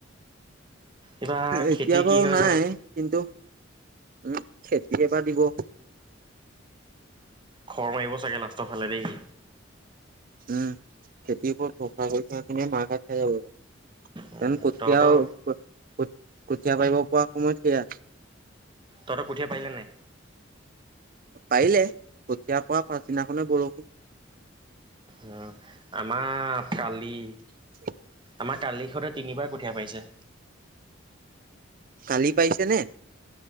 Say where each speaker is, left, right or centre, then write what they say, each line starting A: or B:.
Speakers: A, on the right; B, on the right.
A: এইবাৰ
B: এতিয়া
A: খেতি
B: বাৰু
A: কি হয়
B: নাই,
A: জানো
B: কিন্তু উম, <unintelligible>
A: খৰ মাৰিব চাগে, লাষ্টৰ ফালে দেই।
B: উম, খেতিৰ ওপৰত পকা কঠীয়া খিনি মাৰ ঘাট খাই যাব। জানো,
A: উম,
B: কঠীয়া-কঠীয়া
A: তহঁতৰ
B: <unintelligible> পাৰিব পৰা সময়ত সেয়া।
A: তহতৰ কঠিয়া পাৰিলে নাই!
B: পাৰিলে, কঠীয়া পৰা পাছদিনাখনে বৰষুণ।
A: অ, আমাৰ কালি
B: <inaudible>
A: আমাৰ কালি সঁতে তিনিবাৰ কঠীয়া পাৰিছে।
B: কালি পাৰিছে নে।